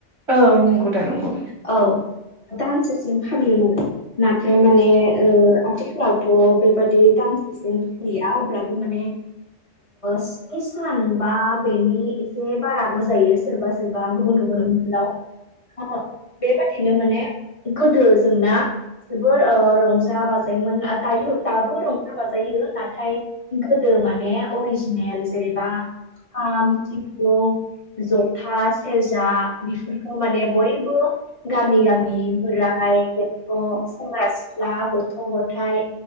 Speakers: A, on the right; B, on the left.
A: औ नंगौ दा नंगौ
B: औ दानसेसिम फालियोमोन नाथाय माने ओ आथिखालावथ बेबादि दानसेसिम फालिया अब्लाबो माने स्नि सान बा बेनि एसे बाराबो जायो सोरबा सोरबा गुबुन गुबुन ओनसोलाव बेबादिनो माने गोदो जोंना जोबोर रंजा बाजायोमोन दायो दाबो रंजा बाजायो नाथाय गोदो माने अरिजिनेल जेरैबा खाम सिफुं जथा सेरजा बेफोरखौ माने बयबो गामि गामि बोराइ बेंथ' सेंग्रा सिख्ला गथ गथाय